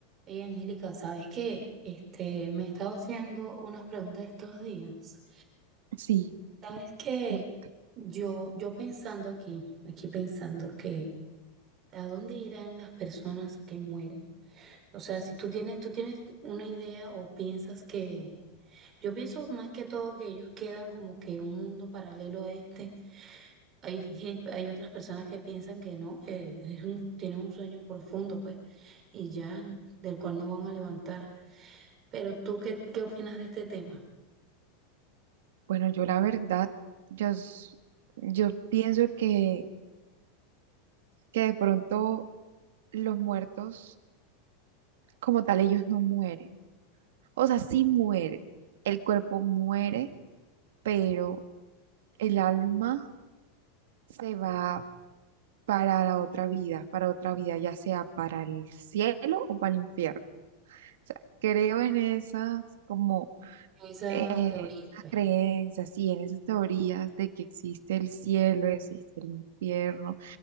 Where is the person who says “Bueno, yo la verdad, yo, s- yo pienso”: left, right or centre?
Right